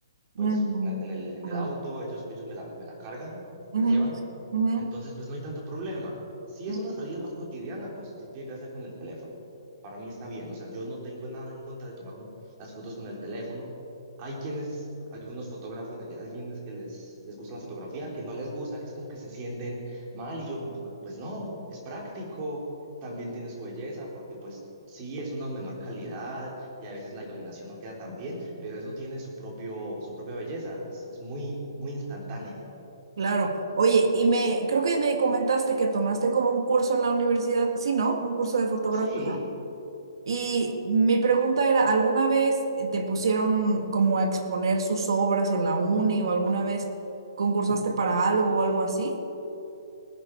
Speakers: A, on the right; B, on the right.
A: pues
B: Ujú.
A: en el, en
B: Ah,
A: el auto, ellos, ellos me la, me la cargan,
B: ujú,
A: la llevan.
B: ujú,
A: Entonces, pues no hay tanto problema. Si
B: ujú.
A: es una salida más cotidiana, pues sí tiende a ser con el teléfono. Para mí está bien, o sea, yo no tengo nada en contra de tomar una- las fotos con el teléfono. Hay quienes, algunos fotógrafos, hay algunos que les, les gusta la fotografía, que no les gusta, que es como que se sienten mal y yo, pu- pues no, es práctico, también tiene su belleza, porque pues sí, es una menor calidad y a veces la iluminación no queda tan bien, pero eso tiene su propio, su propia belleza, es, es muy, muy instantánea.
B: Claro. Oye, y me, creo que me comentaste que tomaste como un curso en la universidad, sí, ¿no? Un curso de fotografía.
A: Sí,
B: Y mi pregunta era, ¿alguna vez te pusieron como a exponer sus obras en la uni o alguna vez concursaste para algo o algo así?